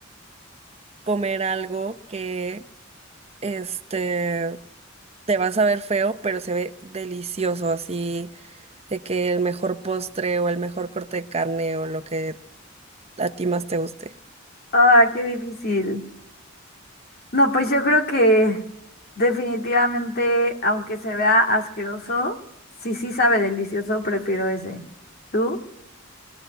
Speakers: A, on the right; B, on the left.
A: comer algo que este te vas a ver feo, pero se ve delicioso, así de que el mejor postre o el mejor corte de carne o lo que a ti más te guste.
B: Ah, qué difícil. No, pues yo creo que definitivamente, aunque se vea asqueroso, si sí sabe delicioso, prefiero ese. ¿Tú?